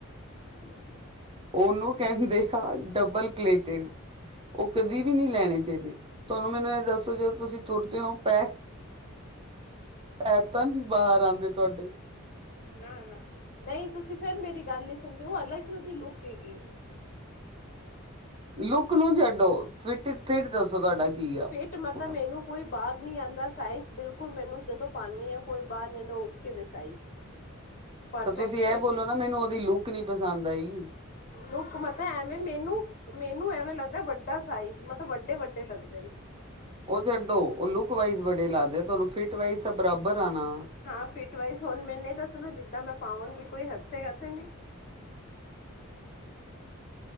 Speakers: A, on the left; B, on the right.
A: ਹੂੰ, ਹੂੰ।
B: ਓਨੂੰ ਕਹਿੰਦੇ ਆ ਡਬਲ ਪਲੇਟਡ। ਓ ਕਦੀ ਵੀ ਨੀ ਲੈਣੇ ਚਾਈਦੇ। ਤੁਹਾਨੂੰ ਮੈਨੂੰ ਐ ਦੱਸੋ ਜਦੋਂ ਤੁਸੀਂ ਤੁਰਦੇ ਓ ਪੈ ਪੈਰ ਤਾਂ ਨੀ ਬਾਰ ਆਂਦੇ ਤੁਹਾਡੇ?
A: ਨਾ, ਨਾ ਨਈ ਤੁਸੀਂ ਫੇਰ ਮੇਰੀ ਗੱਲ ਨੀ ਸਮਝੇ ਓ ਅਲੱਗ ਈ ਓਦੀ ਲੁੱਕ ਹੈਗੀ।
B: ਲੁੱਕ ਨੂੰ ਛੱਡੋ ਫਿਟ ਫਿੱਟ ਦੱਸੋ ਤੁਹਾਡਾ ਕੀ ਆ?
A: ਫਿੱਟ ਮਤਾ
B: ਉਹਦਾ
A: ਮੈਨੂੰ ਕੋਈ ਬਾਰ ਨੀ ਆਂਦਾ ਸਾਈਜ਼ ਬਿਲਕੁਲ ਮੈਨੂੰ ਜਦੋਂ ਪਾਨੀ ਆਂ ਕੋਈ ਬਾਰ ਨੀ ਆਂਦਾ ਓਕੇ ਵੇ ਸਾਈਜ਼। ਪਰਫੈਕਟ
B: ਤਾਂ ਤੁਸੀਂ ਐ
A: ਹੈਗਾ
B: ਬੋਲੋ ਨਾ ਮੈਨੂੰ ਓਦੀ ਲੁੱਕ ਨੀ ਪਸੰਦ ਆਈ।
A: ਲੁੱਕ ਮਤਲਬ ਐਵੇਂ ਮੈਨੂੰ, ਮੈਨੂੰ ਐਵੇਂ ਲੱਗਦਾ ਵੱਡਾ ਸਾਈਜ਼ ਮਤ ਵੱਡੇ-ਵੱਡੇ ਲੱਗਦੇਨ।
B: ਓ ਛੱਡੋ ਓ ਲੁੱਕ ਵਾਈਜ਼ ਬੜੇ ਲੱਗਦੇ ਤੁਹਾਨੂੰ ਫਿਟ ਵਾਈਜ਼ ਤਾਂ ਬਰਾਬਰ ਆ ਨਾ।
A: ਹਾਂ ਫਿਟ ਵਾਈਜ਼ ਹੁਣ ਮੈਨ ਏ ਦਸੋਂ ਜਿੱਦਾਂ ਮੈਂ ਪਾਵਾਂਗੀ ਕੋਈ ਹੱਸੇਗਾ ਤੇ ਨੀ।